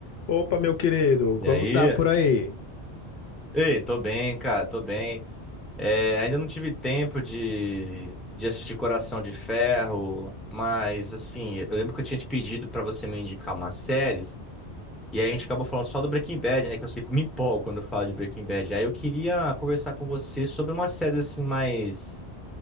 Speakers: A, on the left (about 70°); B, in the centre.
A: Opa, meu querido,
B: E
A: como
B: aí?
A: tá por aí?
B: Ei, tô bem, cara, tô bem. É, ainda não tive tempo de, de assistir Coração de Ferro, mas assim, eu lembro que eu tinha te pedido pra você me indicar umas séries, e aí a gente acabou falando só do Breaking Bad, né? Que eu sempre me empolgo quando eu falo de Breaking Bad. Aí eu queria conversar com você sobre umas séries assim mais